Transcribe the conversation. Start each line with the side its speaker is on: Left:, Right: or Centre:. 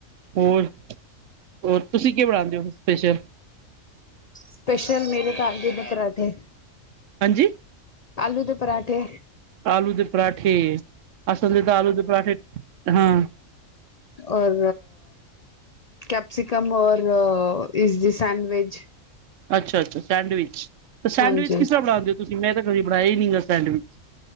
Right: ਹੋਰ-ਹੋਰ ਤੁਸੀਂ ਕੀ ਬਣਾਉਂਦੇ ਹੋ ਸਪੈਸ਼ਲ
Left: ਸਪੈਸ਼ਲ ਮੇਰੇ ਤਾਂ ਦੇ ਬਕਰਾ ਦੇੇ
Right: ਹਾਂਜੀ
Left: ਆਲੂ ਦੇ ਪਰਾਂਠੇ
Right: ਆਲੂ ਦੇ ਪਰਾਠੇ ਅਸਲ ਦੇ ਤਾਂ ਆਲੂ ਦੇ ਪਰਾਠੇ ਹਾਂ
Left: ਔਰ ਕਿਆ ਮੈਕਸੀਕਨ ਔਰ ਦੀ ਸੈਂਡਵਿਚ
Right: ਅੱਛਾ-ਅੱਛਾ ਸੈਂਡਵਿਚ ਤੇ ਸੈਂਡਵਿਚ
Left: ਹਾਂਜੀ
Right: ਕਿਸ ਤਰ੍ਹਾਂ ਬਣਾਉਂਦੇ ਹੋ ਤੁਸੀਂ ਮੈਂ ਤਾਂ ਕਦੇ ਬਣਾਇਆ ਹੀ ਨੀ ਗਾ ਸੈਂਡਵਿਚ